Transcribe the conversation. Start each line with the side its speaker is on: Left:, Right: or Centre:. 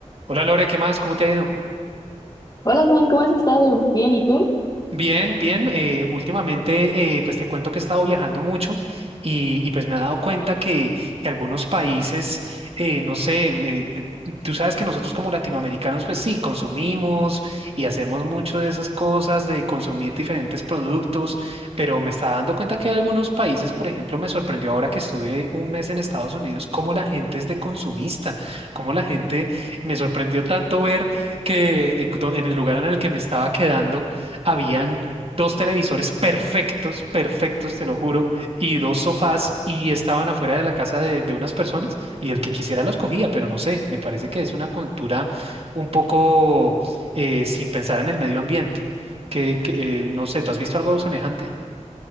Right: Hola Lore, ¿qué más? ¿Cómo te ha ido?
Left: Hola Juan, ¿cómo has estado? Bien, ¿y tú?
Right: Bien, bien. eh, últimamente, eh, pues te cuento que he estado viajando mucho y, y, pues me he dado cuenta que, que algunos países, eh, no sé, eh, eh, tú sabes que nosotros como latinoamericanos, pues sí, consumimos y hacemos mucho de esas cosas, de consumir diferentes productos, pero me está dando cuenta que hay algunos países, por ejemplo, me sorprendió ahora que estuve un mes en Estados Unidos, cómo la gente es de consumista, cómo la gente me sorprendió tanto ver que eh, en el lugar en el que me estaba quedando, habían dos televisores perfectos, perfectos, te lo juro, y dos sofás y estaban afuera de la casa de, de unas personas y el que quisiera los cogía, pero no sé, me parece que es una cultura un poco eh, sin pensar en el medio ambiente, que, que, eh, no sé, ¿tú has visto algo semejante?